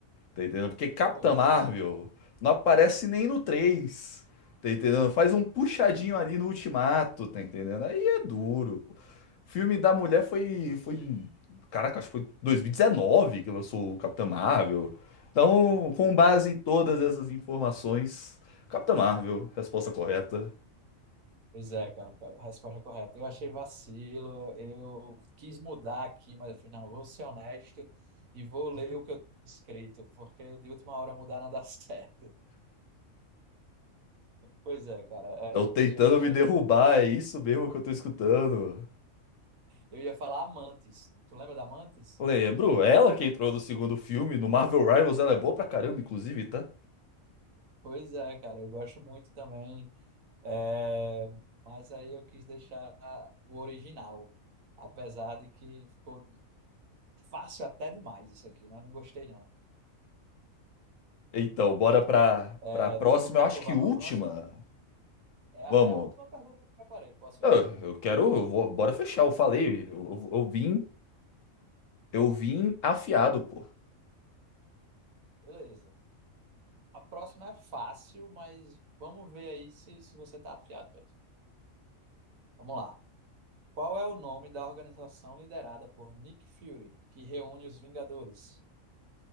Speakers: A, on the left; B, on the right.
A: Tá entendendo? Porque Capitã
B: Pois
A: Marvel
B: é.
A: não aparece nem no 3. Tá entendendo? Faz um puxadinho ali no Ultimato, tá entendendo? Aí é duro. pô. O filme da mulher foi, foi. Caraca, acho que foi 2019 que lançou o Capitã Marvel. Então, com base em todas essas informações, Capitã Marvel, resposta correta.
B: Pois é, cara, a resposta é correta. Eu achei vacilo, eu quis mudar aqui, mas afinal, vou ser honesto e vou ler o que eu tenho escrito, porque de última hora mudar não dá <laughs> certo. Pois é, cara,
A: Estão
B: é,
A: tentando
B: é, eu achei.
A: me derrubar,
B: muito fácil.
A: é isso mesmo que eu tô escutando.
B: Eu ia falar Amantes. Tu lembra da Amantes?
A: Lembro, ela que entrou no segundo filme, no Marvel Rivals, ela é boa pra caramba, inclusive, tá?
B: Pois é, cara, eu gosto muito também, é, mas aí eu quis deixar o original, apesar de que ficou fácil até demais isso aqui, mas não gostei não.
A: Então, bora pra,
B: É,
A: pra próxima.
B: tu quer
A: Eu acho
B: que eu
A: que
B: vá
A: última.
B: para a próxima? É
A: Vamos.
B: a, é a última pergunta que eu preparei. Posso
A: Eu,
B: ir?
A: eu quero. Eu vou, bora fechar. Eu falei. Eu, eu vim. Eu vim afiado, pô.
B: Beleza. A próxima é fácil, mas vamos ver aí se, se você está afiado mesmo. Vamos lá. Qual é o nome da organização liderada por Nick Fury, que reúne os Vingadores?